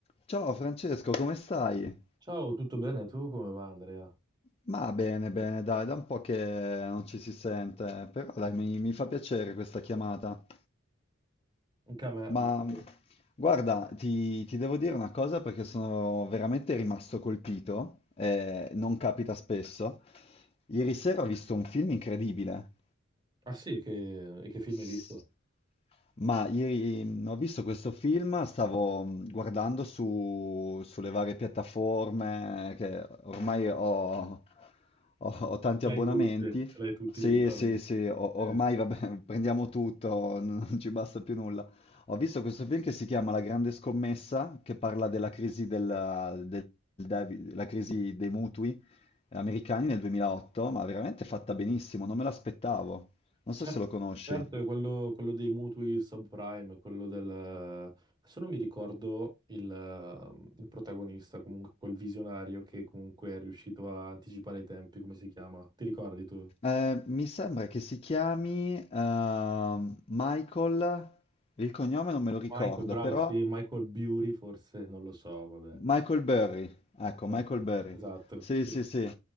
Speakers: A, on the left; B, on the right.
A: Ciao Francesco, come stai?
B: Ciao, tutto bene? Tu come va, Andrea?
A: Ma bene, bene, dai, da un po' che non ci si sente, però dai, mi, mi fa piacere questa chiamata.
B: Anche a me
A: Ma
B: molto.
A: guarda, ti, ti devo dire una cosa perché sono veramente rimasto colpito, eh, non capita spesso. Ieri sera ho visto un film incredibile.
B: Ah sì, che, e che film
A: S-
B: hai visto?
A: Ma ieri mh, ho visto questo film, stavo mh, guardando su- sulle varie piattaforme che ormai ho, ho- ho tanti
B: Ce
A: abbonamenti.
B: L'hai tutti, ce l'hai tutti
A: Sì,
B: gli abbonamenti.
A: sì, sì, o-
B: Eh,
A: ormai vabbè, <laughs> prendiamo tutto, non ci basta più nulla. Ho visto questo film che si chiama La Grande Scommessa, che parla della crisi, della- del- devi- la crisi dei mutui americani nel 2008, ma veramente fatta benissimo, non me l'aspettavo. Non
B: cer-
A: so se lo conosci.
B: certo, è quello, quello dei mutui subprime, quello del... Adesso non mi ricordo il, eh, il protagonista, comunque quel visionario che comunque è riuscito a anticipare i tempi, come si chiama? Ti ricordi tu?
A: Eh, mi sembra che si chiami ehm, Michael, il cognome non me lo ricordo,
B: Michael, bravo,
A: però
B: sì, Michael Bury forse, non lo so, vabbè.
A: Michael Burry, ecco, Michael
B: Ecco,
A: Burry.
B: esatto,
A: Sì,
B: sì.
A: sì, sì,